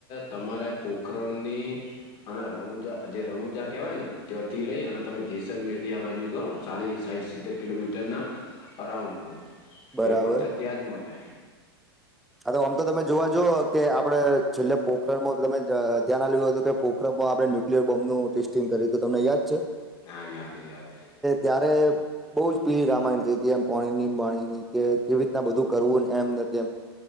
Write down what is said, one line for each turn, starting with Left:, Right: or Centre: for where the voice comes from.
Left: તમારે પોખરણની અને રણુજા જે રણુજા કેવાય ને તથી
Centre: હમ
Left: લઈ અને તમે જેસલમેર થી આ બાજુ ગો ચાલીસ સાઈઠ સિત્તેર કિલોમીટરના અરાઉન્ડ બો
Centre: બરાબર
Left: એવો પથ્થર ત્યાં જ મળલે
Centre: હા આમ તો તમે જોવા જ આપણે છેલ્લે પોખરણમાં તમે ધ્યાનઆલવ્યું હતું કે પોખરણ માં આપણે ન્યુક્લિયર બોમ્નું ટેસ્ટ તો તમને યાદ છે
Left: હા યાદ હે યાદ હે
Centre: ત્યારે બહુ જ ભીળ રામાયણ થઈ એમ પોણીની એ વાણીની કે કેવી રીતના બધું કરવું ને એમ નથી એમ